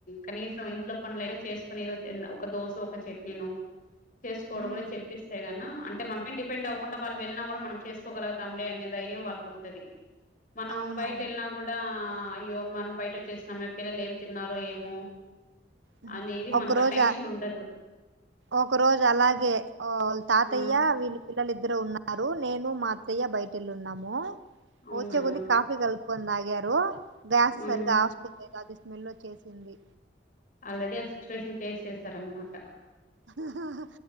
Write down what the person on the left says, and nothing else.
కనీసం ఇంట్లో పనుడ్లయినా చేసుకుని ఏదో ఒక దోశో ఒక చట్నీనో చేసుకోవడం
కూడా చెప్పిస్తేగన్న అంట్ అంటే మన్పైన డిపెండ్వకుండా వాళ్ళు వెళ్నా కూడా మనం చేసుకోగల్గుతాంలే అనే ధైర్యం వాళ్ళ కుంటది. మనం
బైట్ ఎళ్ళిన కూడా ఆ అయ్యో మనం బయట ఓచ్చేసినమే పిల్లలు ఏం తిన్నారో ఏమో
అనేది
మనకు
ఆ టెన్షన్
ఉండదు
ఆ
అవునా
ఉమ్
ఆల్రెడీ ఆ సిచ్యువేషన్ ఫేస్ చేసరన్మాట